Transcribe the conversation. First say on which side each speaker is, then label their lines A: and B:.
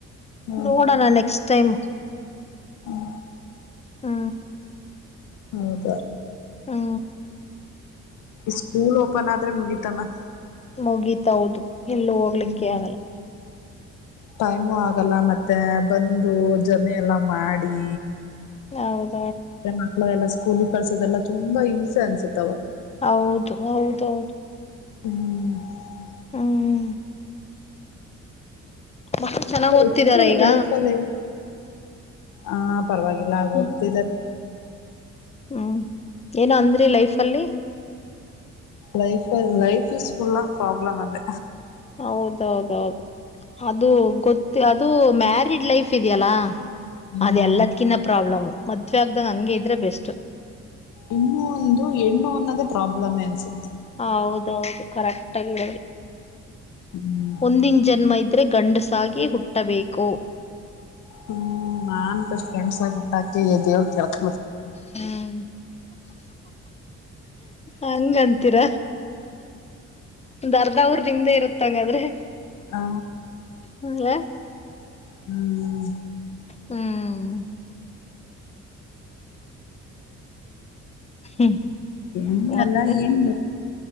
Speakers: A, on the left; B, on the left.
A: ಹ್ಮ
B: ನೋಡೋಣ ನೆಕ್ಸ್ಟ್ ಟೈಮ್
A: ಹ್ಮ
B: ಹ್ಮ
A: ಹೌದ
B: ಹ್ಮ
A: ಸ್ಕೂಲ್ ಓಪನ್ ಆದ್ರೆ ಮುಗಿತಮ್ಮ
B: ಮುಗೀತ ಹೌದು ಇಲ್ಲ ಹೋಗ್ಲಿಕ್ಕೆ
A: ಹ್ಮ್
B: ಆಗಲ್ಲ
A: ಟೈಮು ಆಗಲ್ಲ ಮತ್ತೆ ಬಂದು ಜರ್ನಿ ಎಲ್ಲ ಮಾಡಿ
B: ಹೌದು
A: ೆ ಮಕ್ಳು ಎಲ್ಲಾ ಸ್ಕೂಲಿ ಕಳ್ಸೋದೆಲ್ಲ ತುಂಬಾ ಹಿಂಸೆನ್ಸುತ್ತೆ
B: ಹೌದು ಹೌದೌದು
A: ಹ್ಮ್
B: ಹ್ಮ್ ಮಕ್ಕಳು ಚೆನ್ನಾಗ್ ಓದ್ತಿದಾರ
A: ಇಷ್ಟು
B: ಈಗ
A: ಲೈಫಲ್ಲಿ ಹಾ ಪರವಾಗಿಲ್ಲ ಆಗ್ತಿದಿದ್ದಾರೆ
B: ಹ್ಮ್ ಹ್ಮ್ ಏನ ಅಂದ್ರಿ ಲೈಫ್ ಲ್ಲಿ
A: ಲೈಫ ಲೈಫ್ ಇಸ್ ಫುಲ್ಲ ಆ ಪ್ರಾಬ್ಲಮ ಅಂದ
B: ಹೌದೌದೌದು ಅದು ಗೊತ್ತ ಅದು ಮ್ಯಾರಿಡ್ ಲೈಫ್ ಇದೆಯಲ್ಲಾ
A: ಹ್ಮ್
B: ಅದ ಎಲ್ಲದಕಿನ್ನ ಪ್ರಾಬ್ಲಮ್ ಮದ್ವೆೆ ಆಗ್ದಾಗ ಹಂಗೆ ಇದ್ರೆ ಬೆಸ್ಟ್
A: ಇನ್ನ ಒಂದು ಹೆಣ್ಣು ಅನ್ನೋದೇ ಪ್ರಾಬ್ಲಮೆ ಅನ್ಸುತ್ತೆ
B: ಹ ಹೌದೌದು ಕರೆಕ್ಟ್ ಆಗ ಹೇಳಡಿ
A: ಹ್ಮ್
B: ಒಂದಿನ ಜನ್ಮ ಇದ್ದ ೆ ಗಂಡಸಾಗಿ ಹುಟ್ಟಬೇಕು
A: ಹ್ಮ್ ನಾನ್ ಅಷ್ಟ ಫ್ರೆಂಡ್ಸ್ ಹುಟ್ಟಾಕಿ ದೇವ್ರ ಕೇಳ್ಕ
B: ಹ್ಮ್ ಹಂಗಂತೀರ ಅರ್ಧಾ ಊರ್ ನಿಮ್ದೇ ಇರುತ್ತಂಗಾದ್ರೆ
A: ಆ
B: ಹ್ಮ
A: ಹ್ಮ್
B: ಹ್ಮ್ ಹ್ಮ್
A: ಏನ್ಲ್ಲ
B: ಮತ್ತೆ
A: ಏನ್